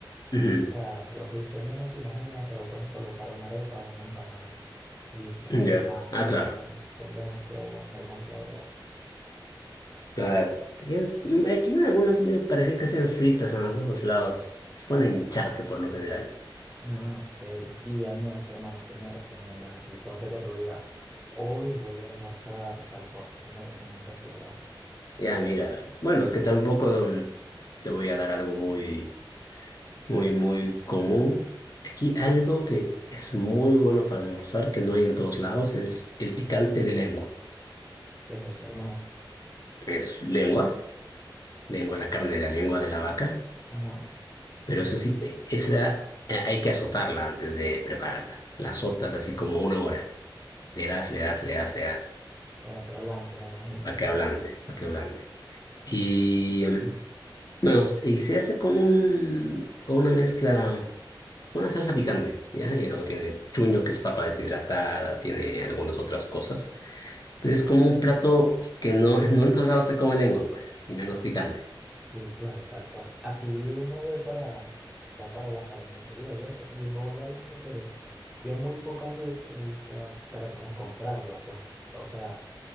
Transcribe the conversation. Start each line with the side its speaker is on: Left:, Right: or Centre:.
Left: Ujú,
Centre: O sea, lo que usted menos se imagina, se lo puedes colocar a una arepa o una empanada. Y son
Left: Ya.
Centre: demasiado
Left: Ah, claro.
Centre: buenos, son demasiado buenas, hermano, la verdad.
Left: Claro. Aquí en aquí en algunos me parece que hacen fritas en algunos lados. Les ponen
Centre: Mm.
Left: charque por lo general.
Centre: Ah, ok. Y de almuerzo, hermano, ¿qué me recomiendas así? Ponte que tú digas, hoy voy a almorzar tal cosa. ¿Qué me recomiendas tú, hermano?
Left: Ya, mira, bueno, es que tampoco mm, te voy a dar algo muy, muy, muy común. Aquí algo que es muy bueno para almorzar, que no hay en todos lados, es el picante de lengua.
Centre: ¿Qué es eso, hermano?
Left: Es lengua, lengua, la carne de la lengua de la vaca.
Centre: Ajá.
Left: Pero eso sí, eh, esa eh, hay que azotarla antes de prepararla. La azotas así como una hora. Le das, le das, le das, le das.
Centre: Para que hablante, me imagino.
Left: Para que ablande, para que ablande. Y, em, bueno, s- y se hace con un, con una mezcla, una salsa picante, ¿ya? Y luego tiene chuño, que es papa deshidratada, tiene algunas otras cosas. Pero es como un plato que no, no en todos lados se come lengua, pues, y menos picante.
Centre: Sí, claro, tal cual. Aquí uno ve para, va para las carnicerías y eso, y uno ve la lengua, pero yo muy pocas veces he visto a personas comprarla, pues. O sea,